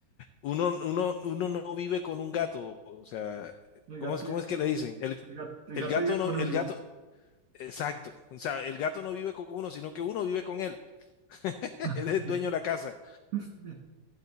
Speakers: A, on the left; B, on the right.
A: uno, uno, uno no vive con un gato, o sea,
B: El
A: ¿cómo
B: gato
A: es, cómo
B: vive
A: es
B: con,
A: que le
B: un-
A: dicen? El,
B: el gato, el
A: el
B: gato
A: gato
B: vive
A: no,
B: con
A: el
B: uno.
A: gato, Exacto. O sea, el gato no vive con uno, sino que uno vive con él. <laughs>
B: <laughs>
A: Él es el dueño de la casa.
B: <laughs>